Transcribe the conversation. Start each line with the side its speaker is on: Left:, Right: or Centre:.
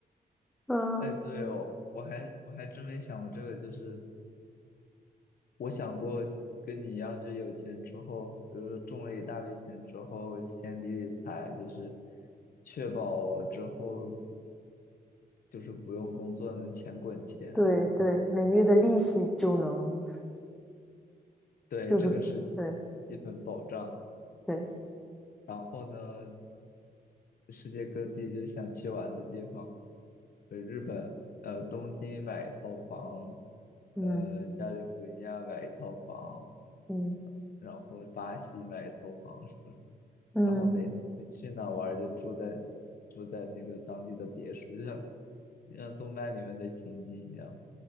Centre: 嗯，
Left: 哎，对哦，我还我还真没想过这个，就是我想过跟你一样，就是有钱之后，比如说中了一大笔钱之后，先理理财，就是确保之后就是不用工作能钱滚钱，
Centre: 对对，
Left: 然后
Centre: 每月的利息就能，
Left: 对，
Centre: 就是对
Left: 这个是基本保障。
Centre: 对，
Left: 然后呢，世界各地就想去玩的地方，呃，日本，呃，东京买一套房，
Centre: 嗯
Left: 呃，嗯加利福尼亚买一套房，
Centre: 嗯
Left: 然后巴西买一套房什么，
Centre: 嗯
Left: 然后每次去哪玩儿就住在住在那个当地的别墅，就像就像动漫里面的情景一样，